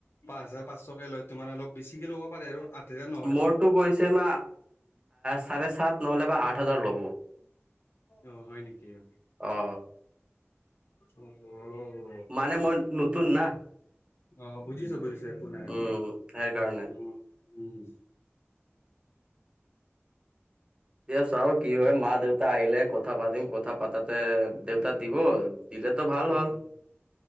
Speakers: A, on the left (about 65°); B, on the right (about 20°).
A: পাঁচ হাজাৰ পাঁচশকে লয়, তোমাৰ অলপ বেছি কে লব পাৰে আঠ হাজাৰ মা
B: মোৰতো কৈছে মা, চাৰে চাত নহলে বা আঠ হাজাৰ ল'ব।
A: অ, হয় নেকি? <inaudible>
B: অ
A: অ, অ, অ।
B: মানে মই নতুন না
A: অ, বুজিছে বুজিছে, একো নাই।
B: উম, সেইকাৰণে।
A: উ উম উম
B: এতিয়া চাও কি হয়, মা দেউতা আহিলে কথা পাতিম। কথা পাতাতে দেউতা দিব দিলে তো ভাল
A: উম
B: হ'ল,